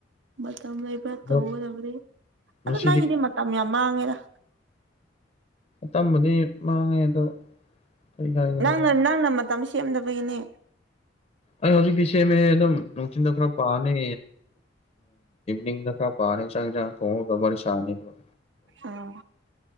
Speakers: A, on the right; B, on the left.
A: ꯃꯇꯝ ꯂꯩꯕ꯭ꯔꯥ
B: ꯑꯗꯣ
A: ꯇꯧꯒꯗꯕꯔꯤ
B: ꯉꯁꯤꯗꯤ
A: ꯑꯗ ꯅꯪꯒꯤꯗꯤ ꯃꯇꯝ ꯌꯥꯝ ꯃꯥꯡꯉꯦꯔ
B: ꯇꯝꯕꯗꯤ ꯃꯥꯡꯉꯦ ꯑꯗꯣ ꯀꯔꯤ ꯍꯥꯏꯒꯅꯤ
A: ꯅꯪꯅ
B: ꯑꯗꯨꯝ
A: ꯅꯪꯅ ꯃꯇꯝ ꯁꯦꯝꯗꯕꯒꯤꯅꯦ
B: ꯑꯥ ꯍꯧꯖꯤꯛꯇꯤ ꯁꯦꯝꯃꯦꯍꯦ ꯑꯗꯨꯝ ꯅꯨꯪꯊꯤꯟꯗ ꯈꯔꯥ ꯄꯁꯤ ꯅꯤꯡꯗ ꯈꯥ ꯄꯥꯔꯅꯤ ꯆꯥꯛ ꯏꯟꯁꯥꯡ ꯊꯣꯡꯉꯒ ꯋꯥꯔꯤ ꯁꯔꯥꯅꯤ ꯗꯨꯒꯥ
A: ꯑꯣ